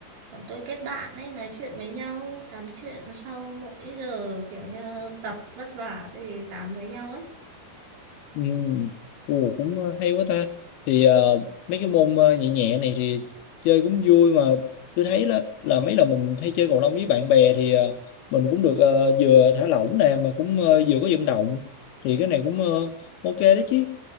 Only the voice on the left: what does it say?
Ừ. Ồ, cũng ờ, hay quá ta thì ờ, mấy cái môn ờ, nhẹ nhẹ này thì chơi cũng vui mà tôi thấy là là mấy lần mình hay chơi cầu lông với bạn bè thì ờ, mình cũng được ờ, vừa thả lỏng nè mà cũng ờ, vừa có vận động thì cái này cũng ờ, ok đấy chứ